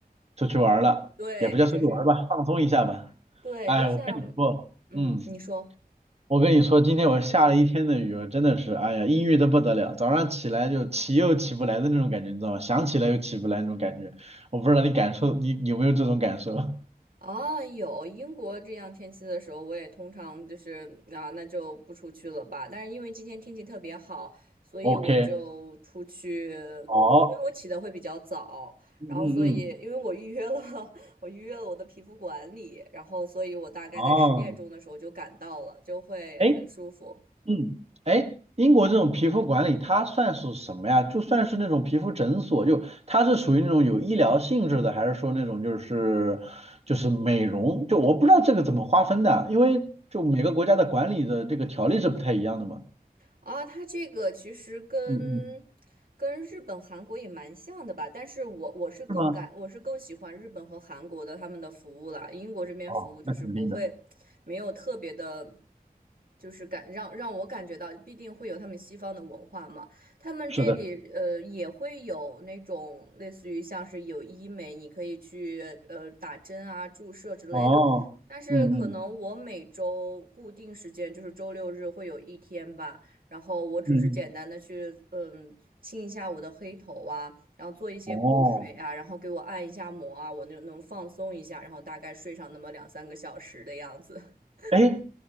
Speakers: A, on the right; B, on the right.
A: 出去玩儿了，
B: 对，
A: 也不叫出去玩儿吧，
B: 就是
A: 放松一下吧。
B: 对，
A: 哎，
B: 就像，
A: 我跟你说，
B: 嗯，
A: 嗯。
B: 你说
A: 我跟你说，今天我下了一天的雨，我真的是，哎呀，阴郁的不得了。早上起来就起又起不来的那种感觉，你知道吗？想起来又起不来那种感觉。我不知道你感受，你有没有这种感受 <laughs>
B: 啊，有英国这样天气的时候，我也通常就是啊，那就不出去了吧。但是因为今天天气特别好，所以我就出去，
A: ？OK，好，
B: 因为我起的会比较早，
A: 嗯嗯嗯，
B: 然后所以因为我预约了，<laughs> 我预约了我的皮肤管理，然后所以我大概在十点钟的时候就赶到了，
A: 哦，
B: 就会很舒服。
A: 哎，嗯，哎，英国这种皮肤管理它算是什么呀？就算是那种皮肤诊所，就它是属于那种有医疗性质的，还是说那种就是就是美容？就我不知道这个怎么划分的，因为就每个国家的管理的这个条例是不太一样的嘛。
B: 啊，它这个其实跟
A: 嗯嗯，
B: 跟日本、韩国也蛮像的吧，但是我我是更感我是更喜欢日本和韩国的他们的服务啦，
A: 是吗？
B: 英国这边服务就是不会没有特别的，
A: 哦，那肯定的，
B: 就是感让让我感觉到必定会有他们西方的文化嘛，他们这里呃也会有那种类似于像是有医美，
A: 是的。
B: 你可以去呃打针啊、注射之类的，
A: 哦，
B: 但是可能我每周固定时间就是周六日会有一天吧。
A: 嗯嗯
B: 然后我只是简单的去嗯清一下我的黑头啊，
A: 嗯嗯，
B: 然后做一些补水啊，
A: 哦，
B: 然后给我按一下摩啊，我那能放松一下，然后大概睡上那么两三个小时的样子。<laughs>
A: 哎，